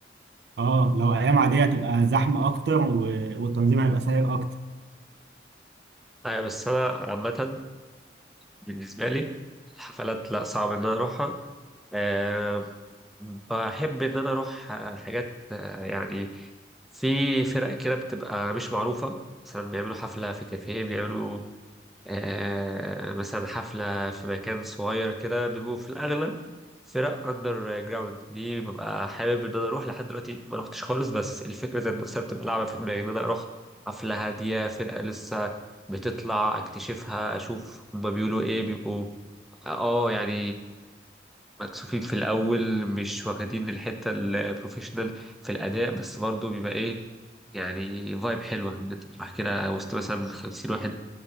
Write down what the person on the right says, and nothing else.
اه لو ايام عاديه هتبقى زحمه اكتر و... والتنظيم هيبقى سيء اكتر